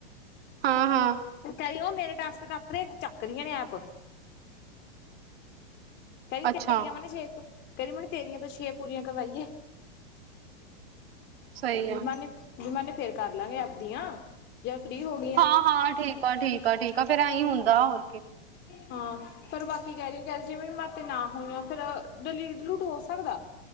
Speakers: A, on the right (about 80°); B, on the left (about 35°).
A: ਹਾਂ ਹਾਂ
B: ਕਰੀ ਉਹ ਮੇਰੇ ਟਾਸਕ ਕੱਤ ਰਹੇ, ਚੱਕ ਰਹੀਆਂ ਨੇ ਐਪ <unintelligible>
A: ਅੱਛਾ
B: ਕਰੀ ਮੈਨੂੰ ਤੇਰੀਆਂ ਤੋਂ ਛੇ ਪੂਰੀਆਂ ਕਰਵਾਈਏ,
A: ਸਹੀ ਆ
B: ਬਮਾਨ ਵੀ ਮਨੇ ਫਿਰ ਕਰ ਲਾਂਗੇ ਆਪਦੀਆਂ, ਜੇ ਮੈਂ ਜਾ ਫ੍ਰੀ ਹੋ ਗਈ ਆਂ।
A: ਹਾਂ ਹਾਂ ਠੀਕ ਆ ਠੀਕ ਆ, ਫੇਰ ਐਵੇ ਹੁੰਦਾ ਹੋਰ ਕੀ।
B: ਹਾਂ, ਫੇਰ ਬਾਕੀ ਕਹਿ ਰਹੀ ਕਹਿ ਜਿਵੇਂ ਮ ਤੇ ਨਾ ਹੋਈਆਂ, ਫੇਰ ਡਲੀਟ ਡਲੂਟ ਹੋ ਸਕਦਾ